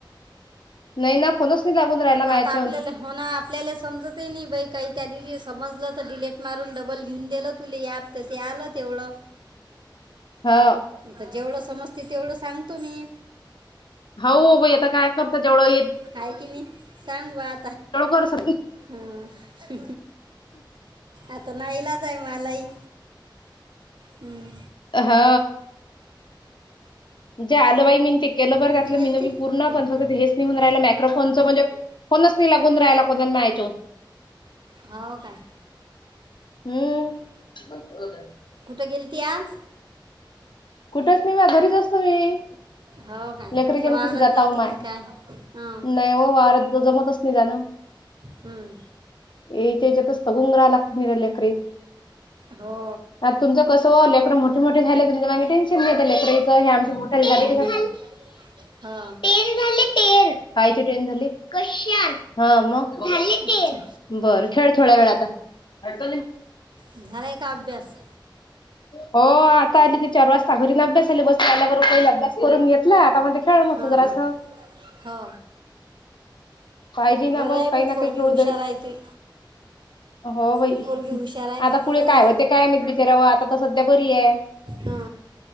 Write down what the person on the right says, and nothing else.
आता आपल्याला हो ना आपल्याला समजत आहे नाही बाई काही त्या दिवशी समजलं तर डिलेट मारून डबल घेऊन दिलं तु याप तर ते आलं तेवढं
तर जेवढं समजते तेवढं सांगतो मी
आहे की नाही सांग वा
हा आता नाही ईलाज आहे मलाही हं.
कुठे
गेलती
हं.
हो काय
कुठ गेलती आज
हो काय
म्हटलं वावरात
गेलती
की काय हं.
हं.
हो
नाही हो
अच्छा
झालाय का अभ्यास
हां
हां
हो
बरं
आहे बाई
पोरगी
हुशार
आहे तू
तू पोरगी हुशार आहे
म्हटलं
हा